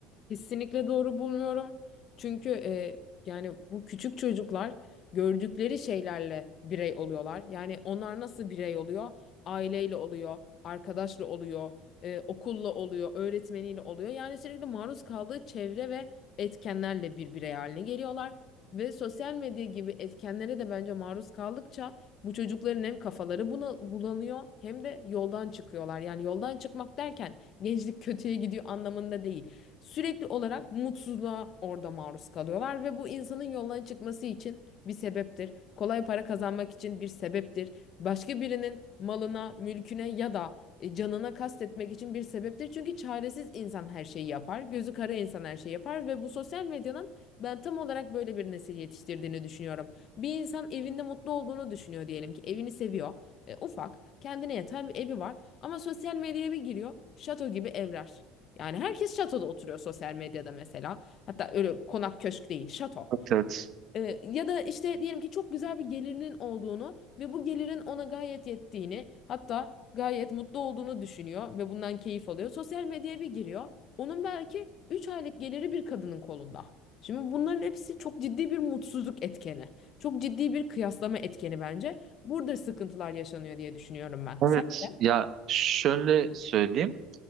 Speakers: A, on the left; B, on the right.
A: Kesinlikle doğru bulmuyorum. Çünkü e, yani bu küçük çocuklar gördükleri şeylerle birey oluyorlar. Yani onlar nasıl birey oluyor? Aileyle oluyor, arkadaşla oluyor, e, okulla oluyor, öğretmeniyle oluyor. Yani sürekli maruz kaldığı çevre ve etkenlerle bir birey haline geliyorlar. Ve sosyal medya gibi etkenlere de bence maruz kaldıkça bu çocukların hem kafaları buna bulanıyor hem de yoldan çıkıyorlar. Yani yoldan çıkmak derken gençlik kötüye gidiyor anlamında değil. Sürekli olarak mutsuzluğa orada maruz kalıyorlar ve bu insanın yoldan çıkması için bir sebeptir. Kolay para kazanmak için bir sebeptir. Başka birinin malına, mülküne ya da e, canına kastetmek için bir sebeptir. Çünkü çaresiz insan her şeyi yapar. Gözü kara insan her şeyi yapar ve bu sosyal medyanın ben tam olarak böyle bir nesil yetiştirdiğini düşünüyorum. Bir insan evinde mutlu olduğunu düşünüyor diyelim ki evini seviyor. E, ufak, kendine yatan bir evi var ama sosyal medyaya bir giriyor. Şato gibi evler. Yani herkes şatoda oturuyor sosyal medyada mesela. Hatta öyle konak köşk değil, şato.
B: Evet.
A: Ee, ya da işte diyelim ki çok güzel bir gelirinin olduğunu ve bu gelirin ona gayet yettiğini, hatta gayet mutlu olduğunu düşünüyor ve bundan keyif alıyor. Sosyal medyaya bir giriyor. Onun belki 3 aylık geliri bir kadının kolunda. Şimdi bunların hepsi çok ciddi bir mutsuzluk etkeni. Çok ciddi bir kıyaslama etkeni bence. Burada sıkıntılar yaşanıyor diye düşünüyorum ben.
B: Evet.
A: Sen de?
B: Ya şöyle söyleyeyim.